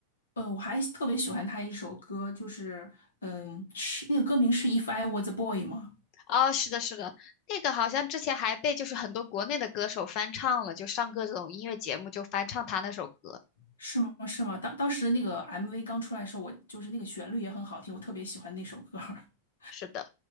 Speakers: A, on the left (about 70°); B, on the left (about 40°).
A: 呃，我还特别喜欢他一首歌，就是嗯，是那个歌名是《If I Was a Boy》吗？
B: 哦，是的，是的，那个好像之前还被就是很多国内的歌手翻唱了，就上各种音乐节目就翻唱他那首歌。
A: 是吗？是吗？当当时那个 MV 刚出来的时候，我就是那个旋律也很好听，我特别喜欢那首歌儿 <laughs>
B: 是的，